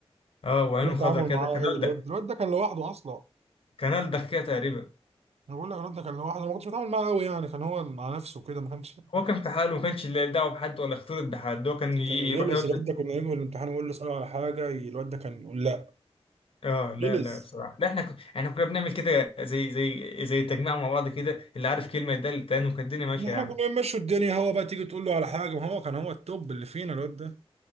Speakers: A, on the left; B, on the right.
A: اه وعينه
B: لا تعامل
A: خضرا كده
B: معاه
A: كان
B: قوي
A: ألدغ
B: الواد الواد ده كان لوحده اصلا
A: كان ألدغ كده تقريبا
B: انا بقول لك الواد ده كان لوحده أنا ما كنتش بتعامل معاه قوي يعني كان هو مع نفسه كده ما كانش
A: هو كان في حاله ما كانش له دعوه بحد ولا يختلط بحد هو كان ي- يروح
B: كان غلس
A: يقعد
B: الواد
A: في
B: ده كنا نيجي من الامتحان نقول له اساله على حاجه الواد ده كان يقول لا
A: اه لا
B: غلس
A: لا بصراحه لا احنا ك... احنا كنا بنعمل كده زي زي زي تجميع مع بعض كده اللي عارف كلمه يدل التاني وكانت الدنيا ماشيه
B: احنا
A: يعني
B: كنا بنمشي الدنيا هو بقى تيجي تقول له على حاجه ما هو كان هو التوب اللي فينا الواد ده